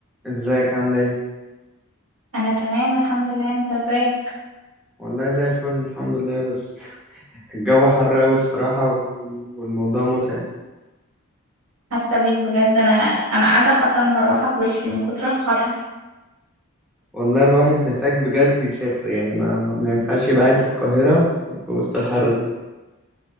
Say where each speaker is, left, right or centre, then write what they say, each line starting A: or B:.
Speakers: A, in the centre; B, on the right.
A: ازيك عامل ايه
B: انا تمام الحمد لله انت ازيك
A: والله زي الفل الحمد لله بس <laughs> الجو حر قوي الصراحة وال- والموضوع متعب
B: حاسه بيك بجد انا انا قاعده حاطه المروحه في وشي من كتر الحر
A: والله الواحد محتاج بجد يسافر يعني ما, ما ما ينفعش يبقى قاعد في القاهرة في في وسط الحر ده